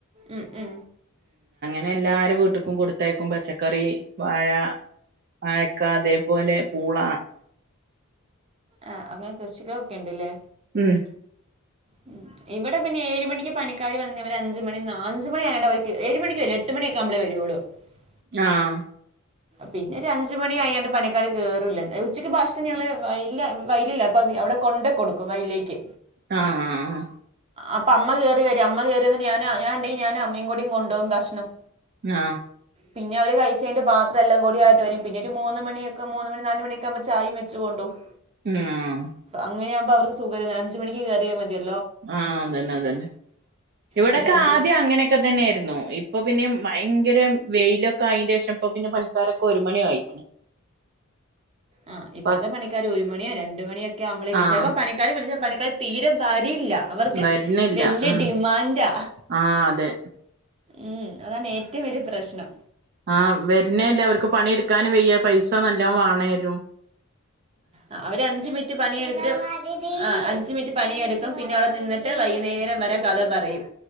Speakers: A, on the right; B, on the right.
A: മ് മ്
B: പിന്നേല്ലാരെ വീട്ട്ക്കും കൊട്ത്തയക്കും പച്ചക്കറി, വാഴ വായക്ക അതേ പോലെ പൂള
A: ആ അങ്ങനെ കൃഷികളൊക്കെ ണ്ട്ല്ലേ
B: ഉം
A: ഉം ഇവിടെപ്പിന്നേഴ്മണിക്ക് പണിക്കാര് വന്ന്കയ്ഞ അഞ്ച് മണി നാ അഞ്ചുമണി ഏഴ് മണിക്ക് വരില്ല എട്ട് മണിക്കെ വരൊള്ളൂ <unintelligible>
B: ആഹ്
A: പിന്നൊരഞ്ചുമണി കയ്യാണ്ട് പണിക്കാര് കേറൂല ഉച്ചക്ക് ഭക്ഷണം ഞങ്ങള് <unintelligible> അവിടെ കൊണ്ടേ കൊടുക്കും വയില്ലേക്ക്
B: ആഹ് ആഹ്
A: അപ്പമ്മ കേറി വരു, അമ്മ കേറി വന്ന്റ്റ് ഞാന് ഞാണ്ടെങ്കി ഞാന് അമ്മയും കൂടി കൊണ്ടോവും ഭഷ്ണം
B: ആ
A: പിന്നെ അവര് കയ്ച്ചയ്ന്റെ ബാ എല്ലും കൂടി ആയിട്ട് വരും പിന്നൊര് മൂന്ന് മണിയൊക്ക മൂന്ന് മണി നാല് മണിയൊക്കാകുമ്പൊ ചായേം വെച്ച് കൊണ്ടോവും
B: ആഹ്
A: അങ്ങനെയാമ്പൊ അവർക്ക് സുഖായ്ര്ന്ന് അഞ്ചുമണിക്ക് കേറിയാ മതിയാ
B: ആഹ് അതന്നെ അതന്നെ ഇവടെക്കെ
A: പക്ഷെ അഞ്ച്
B: ആദ്യങ്ങെനെക്കെ
A: മണി
B: തന്നേര്ന്നു ഇ ഇപ്പൊ പിന്നെയ് ഭയങ്കരം വെയിലൊക്കായീന്റേഷം ഇപ്പൊ പിന്നെ പണിക്കാരൊക്കൊരുമണി ആയിക്ക്ണ്
A: ആ ഇപ്പത്തെപ്പണിക്കാരൊരുമണിയാ
B: ഫസ്
A: രണ്ടുമണിയൊക്കെയാവുമ്പളേക്
B: ആഹ്
A: ചെലപ്പോ പണിക്കാര് വിളിച്ച പണിക്കാര് തീരെ വ ടിയില്ല അവർക്ക്
B: വരുന്നില്ല
A: വെല്യ
B: ഉം
A: ഡിമാൻഡാ
B: ആഹ് അതെ
A: ഉം അതാണ് ഏറ്റവും വലിയ പ്രശ്നം
B: ആ വെര്ണേല്ല അവര്ക്ക് പണിട്ക്കാനു വെയ്യാ പൈസ നല്ലോം വാണേനും
A: ആ അവര് അഞ്ച് മിറ്റ് പണിയെട്ത്ത്റ്റ് ആ അഞ്ച് മിറ്റ് പണിയെടുക്കും പിന്നവടെ നിന്നി ട്ട് വൈക്ന്നേരം വരെ കഥ പറയും